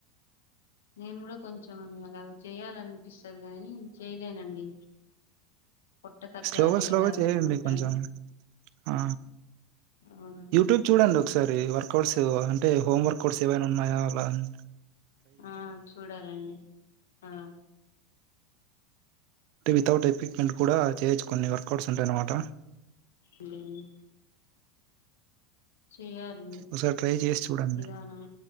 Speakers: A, on the left; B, on the right.
A: నేను గూడా కొంచెం అలాగ చేయాలనిపిస్తది గానీ చేయలేనండి పొట్ట తగ్గాలి
B: స్లోగా స్లోగా
A: అలాగ
B: చేయండి
A: అనుకుంటాను
B: కొంచెం ఆ
A: అవును
B: యూట్యూబ్ చూడండి ఒకసారి వర్కఅౌట్స్ అంటే హోమ్ వర్కౌట్స్ ఏవైనా ఉన్నాయా అలాని
A: ఆ చూడాలండి ఆ
B: అంటే వితౌట్ ఎక్విప్మెంట్ కూడా చేయొచ్చు కొన్ని వర్కౌట్స్ ఉంటాయఅనమాట
A: చూడ లెండి చెయ్యాలి అండి
B: ఒకసారి ట్రై చేసి చూడండి
A: నిదానం